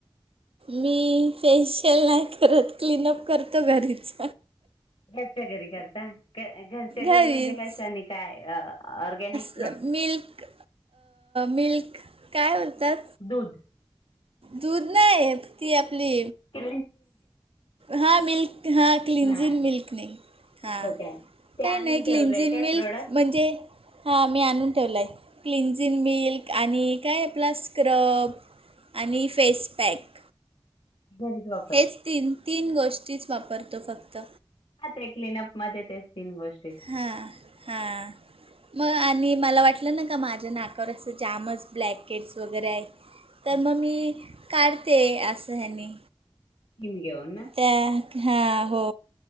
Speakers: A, on the right; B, on the left.
A: मी फेशियल नाही करत क्लीनअप करतो घरीच.
B: घरच्या घरी करता घरच्या घरी
A: घरीच
B: म्हणजे कसं नाही काय ऑरगॅनिक.
A: मिल्क मिल्क काय म्हणतात.
B: दूध
A: दूध नाही ती आपली
B: कि
A: हा मिल्क हा क्लिनजिंग
B: हा
A: मिल्क नाही हा
B: हो काय ते
A: का
B: आणून
A: नाही
B: ठेवलंय
A: क्लिनजिंग
B: काय
A: मिल्क
B: प्रोडक्ट
A: म्हणजे. हा मी आणून ठेवलाय क्लिनजिंग मिल्क आणि काय प्लस स्क्रब. आणि फेस पॅक
B: घरी जाऊन.
A: हेच तीन- तीन गोष्टीच वापरतो फक्त.
B: हा ते क्लिनअप मध्ये तेच तीन गोष्ट
A: हा हा. मग आणि मला वाटलं ना का, माझ्या नाकावर असं जामच ब्लॅकेट्स वगैरे आहे.
B: स्कीम
A: तर मग मी काढते. असं ह्यांनी.
B: टीम घेऊन ना.
A: त्या हां. हो